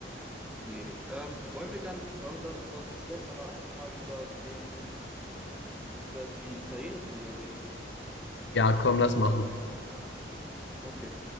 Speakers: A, in the centre; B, on the left.
A: Nee. Ähm, wollen wir dann, wollen wir dann sonst jetzt aber einfach mal über den, über die italienische Liga reden?
B: Ja, komm, lass machen.
A: Okay.